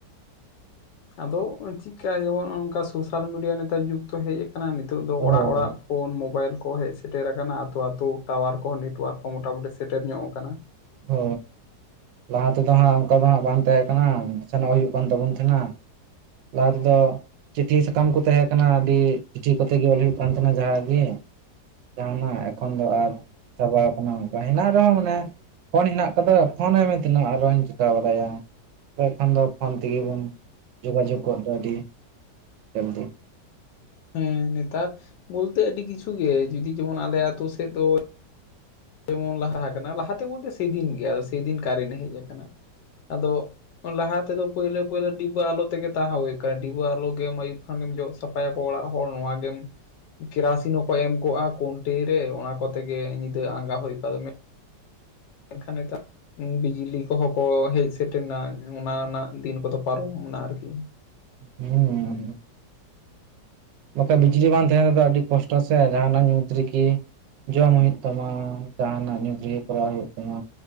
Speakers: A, on the left; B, on the right.
A: ᱟᱫᱚ ᱪᱮᱠᱟᱭᱟᱵᱚᱱ ᱱᱚᱝᱠᱟ ᱥᱳᱥᱟᱞ ᱢᱤᱰᱤᱭᱟ ᱱᱮᱛᱟᱨ ᱡᱩᱜᱽ ᱫᱚ ᱦᱮᱡ ᱟᱠᱟᱱᱟ ᱱᱤᱛᱚᱜ ᱫᱚ
B: ᱦᱳᱭ
A: ᱚᱲᱟᱜ ᱚᱲᱟᱜ ᱾ ᱯᱷᱳᱱ ᱢᱳᱚᱵᱟᱭᱤᱞ ᱠᱚ ᱦᱮᱡ ᱥᱮᱴᱮᱨ ᱟᱠᱟᱱᱟ ᱟᱛᱳ ᱟᱛᱳ ᱴᱟᱣᱟᱨ ᱠᱚᱦᱚᱸ ᱱᱮᱴᱳᱣᱟᱨᱠ ᱠᱚ ᱢᱚᱴᱟᱢᱩᱴᱤ ᱥᱮᱴᱮᱨ ᱧᱚᱜ ᱟᱠᱟᱱᱟ ᱾
B: ᱚ ᱾ ᱞᱟᱦᱟ ᱛᱮᱫᱚ ᱦᱟᱸᱜ ᱚᱱᱠᱟ ᱫᱚ ᱦᱟᱸᱜ ᱵᱟᱝ ᱛᱟᱦᱮᱸ ᱠᱟᱱᱟ ᱥᱮᱱᱚᱜ ᱦᱩᱭᱩᱜ ᱠᱟᱱ ᱛᱟᱵᱚᱱ ᱛᱟᱦᱮᱱᱟ ᱾ ᱞᱟᱦᱟ ᱛᱮᱫᱚ ᱪᱤᱴᱷᱤ ᱥᱟᱠᱟᱢ ᱠᱚ ᱛᱟᱦᱮᱸ ᱠᱟᱱᱟ, ᱟᱹᱰᱤ ᱪᱤᱴᱷᱤ ᱠᱚᱛᱮ ᱜᱮ ᱚᱞ ᱦᱩᱭᱩᱜ ᱠᱟᱱ ᱛᱟᱦᱮᱸᱱᱟ ᱡᱟᱦᱟ ᱜᱮ ᱾ ᱡᱟᱦᱱᱟᱜ ᱮᱠᱷᱚᱱ ᱫᱚ ᱟᱨ ᱪᱟᱵᱟ ᱟᱠᱟᱱᱟ, ᱚᱱᱠᱟ ᱦᱮᱱᱟᱜ ᱨᱮᱦᱚᱸ ᱢᱟᱱᱮ ᱯᱷᱳᱱ ᱦᱮᱱᱟᱜ ᱟᱠᱟᱫᱟ ᱯᱷᱳᱱ ᱟᱭ ᱢᱮ ᱛᱤᱱᱟᱹᱜ ᱟᱨᱚᱧ ᱪᱤᱠᱟᱹ ᱵᱟᱲᱟᱭᱟ ᱾ ᱠᱷᱟᱱ ᱫᱚ ᱯᱷᱳᱱ ᱛᱮᱜᱮ ᱵᱚᱱ ᱡᱳᱜᱟᱡᱳᱜᱚᱜ ᱫᱚ ᱟᱹᱰᱤ <inaudible> ᱡᱚᱞᱫᱤ ᱾
A: ᱦᱮᱸ ᱱᱮᱛᱟᱨ ᱵᱚᱞᱛᱮ ᱟᱹᱰᱤ ᱠᱤᱪᱷᱩ ᱜᱮ, ᱡᱩᱫᱤ ᱡᱮᱢᱚᱱ ᱟᱞᱮ ᱟᱛᱳ ᱥᱮᱫ ᱫᱚ ᱡᱮᱢᱚᱱ ᱞᱟᱦᱟ ᱟᱠᱟᱱᱟ ᱞᱟᱦᱟᱛᱮ ᱵᱚᱞᱛᱮ ᱥᱮᱫᱤᱱ ᱜᱮ ᱥᱮᱫᱤᱱ ᱠᱟᱨᱮᱱᱴ ᱦᱮᱡ ᱟᱠᱟᱱᱟ ᱾ ᱟᱫᱚ ᱞᱟᱦᱟ ᱛᱮᱫᱚ ᱯᱳᱭᱞᱳ ᱯᱳᱭᱞᱳ ᱰᱤᱵᱟᱹ ᱟᱞᱳ ᱛᱮᱜᱮ ᱛᱟᱦᱮᱸ ᱦᱩᱭ ᱟᱠᱟᱱᱟ ᱾ ᱰᱤᱵᱟᱹ ᱟᱞᱳ ᱜᱮᱢ ᱟᱹᱭᱩᱵ ᱠᱷᱟᱱ ᱜᱮᱢ ᱡᱚᱜ ᱥᱟᱯᱷᱟᱭ ᱟᱠᱚ ᱚᱲᱟᱜ ᱦᱚᱲ ᱱᱚᱣᱟ ᱜᱮᱢ ᱠᱮᱨᱟᱥᱤᱱ ᱦᱚᱸᱠᱚ ᱮᱢ ᱠᱚᱜᱼᱟ ᱠᱩᱱᱴᱤ ᱨᱮ ᱚᱱᱟ ᱠᱚ ᱛᱮᱜᱮ ᱧᱤᱫᱟᱹ ᱟᱸᱜᱟ ᱦᱩᱭᱩᱜ ᱠᱟᱫ ᱢᱮ ᱾ ᱮᱱᱠᱷᱟᱱ ᱱᱤᱛᱚᱜ ᱵᱤᱡᱽᱞᱤ ᱠᱚᱦᱚᱸ ᱠᱚ ᱦᱮᱡ ᱥᱮᱴᱮᱨ ᱮᱱᱟ, ᱚᱱᱟ ᱨᱮᱱᱟᱜ ᱫᱤᱱ ᱠᱚᱫᱚ ᱯᱟᱨᱚᱢ ᱮᱱᱟ ᱟᱨᱠᱤ ᱾
B: ᱦᱩᱸ ᱾ ᱱᱚᱛᱮ ᱵᱤᱡᱽᱞᱤ ᱵᱟᱝ ᱛᱟᱦᱮᱸ ᱨᱮᱫᱚ ᱟᱹᱰᱤ ᱠᱚᱥᱴᱚ ᱥᱮ ᱡᱟᱦᱟᱱᱟᱜ ᱧᱩᱛ ᱨᱮᱠᱤ ᱡᱚᱢ ᱦᱩᱭᱩᱜ ᱛᱟᱢᱟ, ᱡᱟᱦᱟᱱᱟᱜ ᱧᱩᱛ ᱨᱤᱜᱤ ᱠᱚᱨᱟᱣ ᱦᱩᱭᱩᱜ ᱛᱟᱢᱟ,